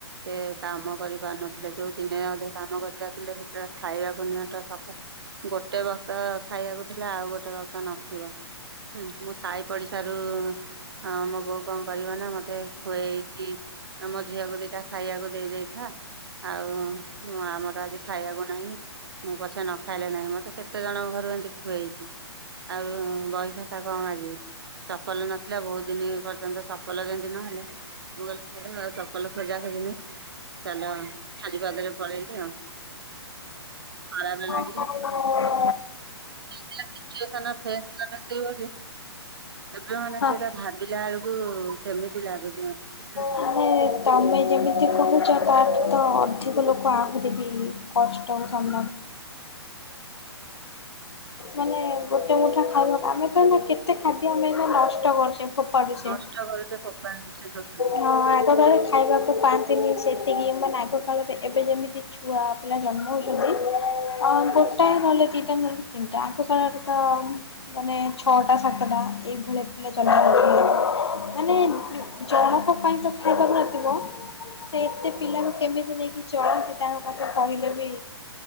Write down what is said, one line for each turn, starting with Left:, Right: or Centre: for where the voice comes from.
Right: ସେ କାମ କରି ପାରୁନଥିଲେ, ଯୋଉ ଦିନେ ଅଧେ କାମ କରି ଯାଉଥିଲେ, ସେତେବେଳେ ଖାଇବାକୁ ନିଅଣ୍ଟ ସକ ଗୋଟେ ବକ୍ତ ଖାଇବାକୁ ଥିଲା। ଆଉ ଗୋଟେ ବକ୍ତ ନଥିବ। ହୁଁ, ମୁଁ ସାହି ପଡିଶାରୁ-ଉ ହଁ, ମୋ ବୋଉ କଣ କରିବ ନା, ମତେ ଖୁଏଇକି ଆମ ଝିଅକୁ ଦିଟା ଖାଇଆକୁ ଦେଇଦେଇଥା। ଆଉ, ଆମର ଆଜି ଖାଇଆକୁ ନାହିଁ। ମୁଁ ପଛେ ନ ଖାଇଲେ ନାହିଁ। ମତେ କେତେ ଜଣଙ୍କ ଘରୁ ଏମିତି ଖୁଏଇକି ଆଉ, ବହିଖାତା କଣ ମାଗିବି? ଚପଲ ନଥିଲା ବହୁତ ଦିନ ପର୍ଯ୍ୟନ୍ତ ଚପଲ ଯେମିତି ନହେଲେ ମୁଁ କହିଲି <unintelligible> ଚପଲ ଖୋଜାଖୋବି ନାହିଁ ଚାଲ ଖାଲିପାଦରେ ପଳେଇଲେ ଆଉ ଖରା ଦେଲାକି।
Left: ହାଲୋ।
Right: <unintelligible> ଏବେ ମାନେ
Left: ହଁ
Right: ସେଟା ଭାବିଲା ବେଳକୁ କେମିତି ଲାଗୁଚି ମତେ
Left: ମାନେ ତମେ ଯେମିତି କହୁଛ ତାଠୁ ତ ଅଧିକ ଲୋକ ଆହୁରି ବି କଷ୍ଟ <unintelligible> ନା କେତେ ଖାଦ୍ୟ ଆମେ ନଷ୍ଟ କରୁଛେ। କରୁଛେ
Right: ନଷ୍ଟ କରୁଛେ ଫୋପାଡ଼ି ଦଉଛେ ଚଟାକୁ
Left: ହଁ ଆଗକାଳେ ଖାଇବାକୁ ପାଆନ୍ତିନି, ସେତିକି ମାନେ ଆଗ କାଳରେ ଏବେ ଯେମିତି ଛୁଆ ପିଲା ଜନ୍ମ ହଉଛନ୍ତି ଗୋଟାଏ ନହେଲେ ଦୁଇଟା ନହେଲେ ତିନିଟା ଆଗକାଳରେ ତ ମାନେ ଛଅଟା ସାତଟା ଏଇଭଳିଆ ପିଲା ଜନ୍ମ କରୁଥିଲେ। ମାନେ ଜଣଙ୍କ ପାଇଁ ତ ଖାଇବାକୁ ରାଜି ସେ ଏତେ ପିଲାଙ୍କୁ କେମିତି ନେଇକି ଚଳନ୍ତି ତାଙ୍କ କଥା କହିଲେ ବି